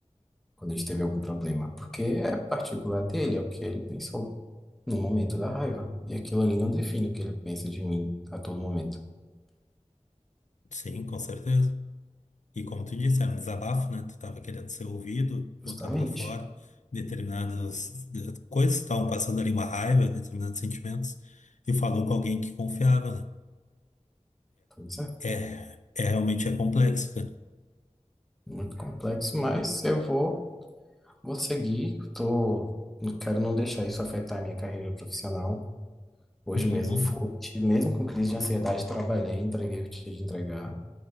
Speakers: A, in the centre; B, on the left.
A: quando a gente teve algum problema, porque é particular dele, é o que ele pensou no momento da raiva. E aquilo ali não define o que ele pensa de mim a todo momento,
B: sim, com certeza. E como tu disse, era um desabafo, né? Tu tava querendo ser ouvido,
A: justamente.
B: botar pra fora determinadas de- coisas que estavam passando ali, uma raiva, determinados sentimentos, e falou com alguém que confiava, né?
A: Pois é,
B: É, é, é realmente é complexo, cara.
A: muito complexo, mas eu vou, vou seguir, tô, não quero não deixar isso afetar a minha carreira profissional. Hoje
B: Uhum.
A: mesmo fui, mesmo com crise de ansiedade, trabalhei, entreguei o que tinha de entregar.